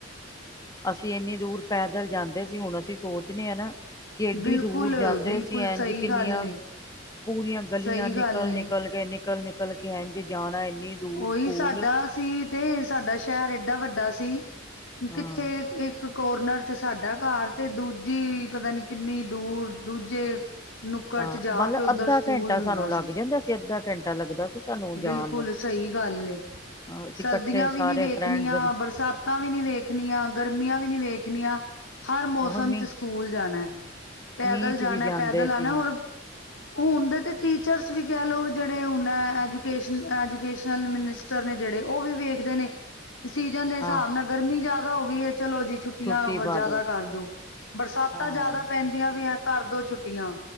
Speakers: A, on the left; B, on the left.
A: <inaudible>
B: ਅਸੀਂ ਇੰਨੀ ਦੂਰ ਪੈਦਲ ਜਾਂਦੇ ਦੇ ਸੀ ਹੁਣ ਅਸੀਂ ਸੋਚਣੇ ਆ ਨਾ ਕਿ ਐਡੀ
A: ਬਿਲਕੁਲ
B: ਦੂਰ ਜਾਂਦੇ
A: ਬਿਲਕੁਲ
B: ਸੀ ਇੰਝ
A: ਸਹੀ
B: ਕਿੰਨੀਆਂ
A: ਗੱਲ ਏ
B: ਪੂਰੀਆਂ ਗਲੀਆਂ
A: ਸਹੀ
B: ਨਿ
A: ਗੱਲ ਏ
B: ਨਿਕਲ ਕੇ, ਨਿਕਲ, ਨਿਕਲ ਕੇ ਐਝ ਜਾਣਾ ਇੰਨੀ ਦੂਰ
A: ਉਹੀ
B: ਸਕੂਲ
A: ਸਾਡਾ ਸੀ ਤੇ ਸਾਡਾ ਸ਼ਹਿਰ ਏਡਾ ਵੱਡਾ ਸੀ
B: ਹਾਂ
A: ਕਿੱਥੇ ਕੋਰਨਰ ਚ ਸਾਡਾ ਘਰ ਤੇ ਦੂਜੀ ਪਤਾ ਨੀ ਕਿੰਨੀ ਦੂਰ ਦੂਜੇ ਨੁੱਕੜ
B: ਹਾਂ
A: 'ਚ ਜਾ
B: ਮਤਲਬ
A: ਕੇ ਉੱਧਰ
B: ਅੱਧਾ
A: ਸਕੂਲ
B: ਘੰਟਾ
A: ਹੁੰਦਾ
B: ਸਾਨੂੰ ਲੱਗ ਜਾਂਦਾ ਸੀ ਅੱਧਾ ਘੰਟਾ ਲੱਗਦਾ ਸੀ ਸਾਨੂੰ ਜਾਣ
A: ਬਿਲਕੁਲ,
B: ਨੂੰ
A: ਸਹੀ ਗੱਲ ਏ
B: ਅਸੀਂ
A: ਸਰਦੀਆਂ
B: ਇਕੱਠੇ
A: ਵੀ
B: ਸਾਰੇ
A: ਨੀ ਵੇਖਣੀਆਂ,
B: ਫਰੈਂਡਸ
A: ਬਰਸਾਤਾਂ ਵੀ ਨੀ ਵੇਖਣੀਆਂ, ਗਰਮੀਆਂ ਵੀ ਨੀ ਵੇਖਣੀਆਂ ਹਰ ਮੌਸਮ
B: ਉਹ ਮੀਂਹ
A: ਚ ਸਕੂਲ ਜਾਣਾ ਪੈਦਲ
B: ਮੀਂਹ
A: ਜਾਣਾ
B: ਚ ਵੀ ਜਾਂਦੇ
A: ਪੈਦਲ ਆਣਾ
B: ਸੀ
A: ਔਰ ਹੁਣ ਦੇ ਤੇ ਟੀਚਰਸ ਵੀ ਕਹਿ ਲਓ ਜਿਹੜੇ ਹੁਣ ਐਜੂਕੇਸ਼ਨ ਐਜੂ ਕੇਸ਼ਨ ਮਿਨਿਸਟਰ ਨੇ ਜਿਹੜੇ ਉਹ ਵੀ ਵੇਖਦੇ ਨੇ ਸੀਜਨ ਦੇ ਹਿਸਾਬ
B: ਹਾਂ
A: ਨਾਲ ਗਰਮੀ ਜਿਆਦਾ ਹੋ ਗਈ ਹੈ ਚਲੋ ਜੀ ਛੁੱਟੀਆਂ
B: ਛੁੱਟੀ ਪਾ
A: ਜ਼ਿਆਦਾ ਕਰ ਦੋ ਬਰਸਾਤਾਂ
B: ਹਾਂ
A: ਜ਼ਿਆਦਾ ਪੈਂਦੀਆਂ ਵੀ ਹੈ ਘਰ ਦੋ ਛੁੱਟੀਆਂ